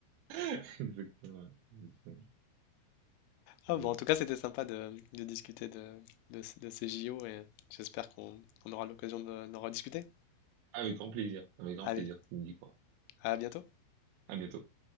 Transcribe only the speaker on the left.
Ah
bon, en tout cas, c'était sympa de, de discuter de, de, de ces JO et j'espère qu'on on aura l'occasion de- d'en rediscuter.
Allez,
à bientôt.